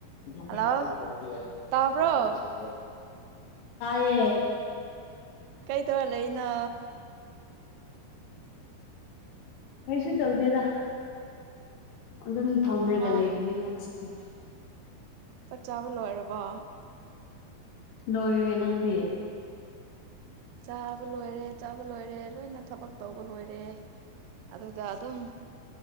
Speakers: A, on the left; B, on the right.
A: <unintelligible>
B: ꯍꯜꯂꯣ ꯇꯥꯕ꯭ꯔꯣ
A: ꯇꯥꯌꯦ
B: ꯀꯩ ꯇꯧꯔ ꯂꯩꯅꯣ
A: ꯀꯩꯁꯨ ꯇꯧꯗꯦꯗ ꯑꯗꯨꯝ ꯐꯝꯔꯒ
B: ꯑꯍꯥ
A: ꯂꯩꯕꯅꯦꯗ ꯍꯧꯖꯤꯛ
B: ꯆꯥꯛ ꯆꯥꯕ ꯂꯣꯏꯔꯕꯣ
A: ꯂꯣꯏꯔꯦ ꯅꯪꯗꯤ
B: ꯆꯥꯕ ꯂꯣꯏꯔꯦ ꯆꯥꯕ ꯂꯣꯏꯔꯦ ꯂꯣꯏꯅ ꯊꯕꯛ ꯇꯧꯕ ꯂꯣꯏꯔꯦ ꯑꯗꯨꯒ ꯑꯗꯨꯝ